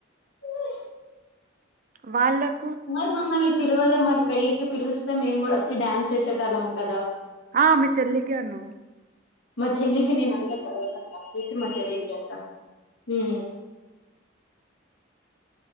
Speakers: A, on the left (about 75°); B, on the right (about 45°).
A: ఓ...
B: వాళ్ళక్
A: మరి మమ్మల్ని పిలువలే మరి పెళ్ళికి పిలుస్ అస్తె మేము కూడా అచ్చి డాన్స్ చేసేటళ్లం కదా
B: ఆ మీ చెల్లి కి అను
A: మా చెల్లికి నేను అంటే తర్వాత అది చూసి మా చెల్లి కి అంట ఏ